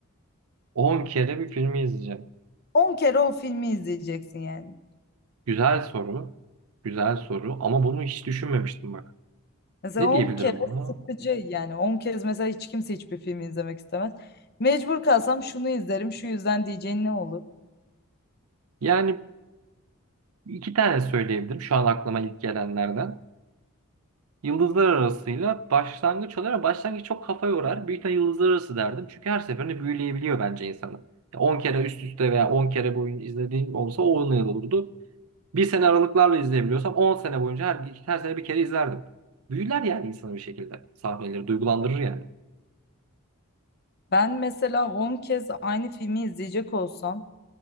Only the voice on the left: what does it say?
10 kere o filmi izleyeceksin yani.
Mesela
10
kere
sıkıcı yani 10 kez mesela hiç kimse hiçbir filmi izlemek istemez. Mecbur kalsam şunu izlerim şu yüzden diyeceğin ne olur?
Ben mesela 10 kez aynı filmi izleyecek olsam